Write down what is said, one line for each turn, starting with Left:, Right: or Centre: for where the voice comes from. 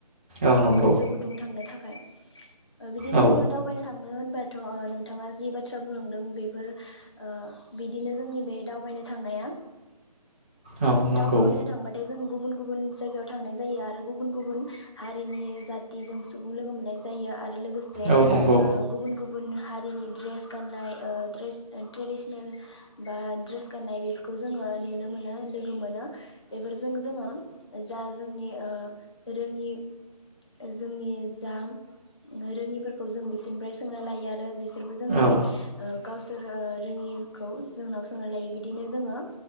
Right: औ नंगौ
Left: गोसो गुदुं थांनो थाखाय खाय ओ बिदिनो
Right: औ
Left: जोङो दावबायनो थांनो होन बाथ' नोंथाङा जि बाथ्रा बुंलांदों बेफोर ओ बिदिनो जोंनि बे दावबायनो थांनाया
Right: औ नंगौ
Left: दाव बायनो थांबाथाय जों गु गुबुन-गुबुन जायगायाव थांनाय जायो आरो गुबुन-गुबुन हारिनि जाथिजों सुबुं लोगो मोननाय जायो आरो लो गोसे ओ
Right: औ नंगौ
Left: गुबुन-गुबुन हारिनि ड्रेस गाननाय ओ ड्रेस ट्रेडिसनेल बा ड्रेस गाननाय बिसोरखौ जोंङो नुनो मोनो लोगो मोनो बेफोरजों जोंङो ओ जा जोंनि ओ रोंङि ओ जोंनि जा रोंङिफोरखौ जों बिसोरनिफ्राय सोंना लायो आरो बिस सोरबो जोंनि
Right: औ
Left: ओ गावसोर ओ रोङि खौ जोंनाव सोंनानै लायो बिदि बिदिनो जोङो